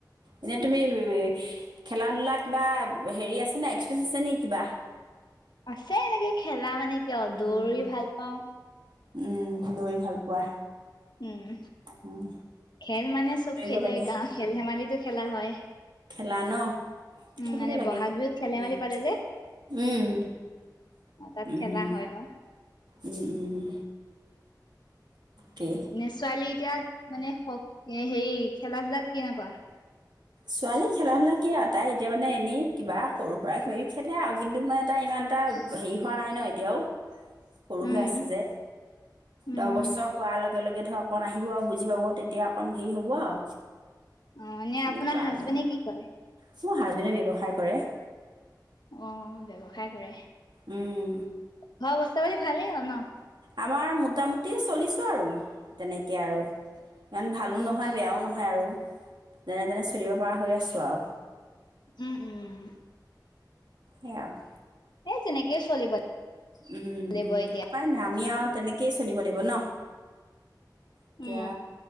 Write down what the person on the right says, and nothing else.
এনেই তুমি খেলা ধূলা কিবা হেৰি আছে নে এক্সপিৰিয়েঞ্চ আছে নেকি কিবা?
উম
উম দৌৰি ভাল পোৱা
উম
দৌৰিব
লাগে
খেলা ন
খেলিব
লাগে
উম,
উম,
উম,
উম, উম। কি
ছোৱালী খেলা ধুলা কি আৰু তাই এতিয়া মানে এনেই কিবা সৰু সুৰা কিবা কিবি খেলে আৰু কিন্তু মানে তাই ইমান এটা হেৰি হোৱা নাই ন এতিয়াও। সৰু
হৈ আছে যে
দহ বছৰ হোৱা লকে বেলেগ এধকন আহিব আৰু বুজি পাব তেতিয়া অকণ হেৰি হ'ব আৰু।
এনেকুৱা
আৰু
মোৰ হাজবেণ্ডে ব্যৱসায় কৰে।
উম,
আমাৰ মোটামুটি চলিছোঁ আৰু তেনেকৈ আৰু। ইমান ভালো
নহয় বেয়াও নহয় আৰু। যেনে তেনে চলিব পৰা হৈ আছো আৰু।
সেয়া আৰু।
উম
উপায় নাই আমি আৰু তেনেকয়ে চলিব লাগিব ন। এতিয়া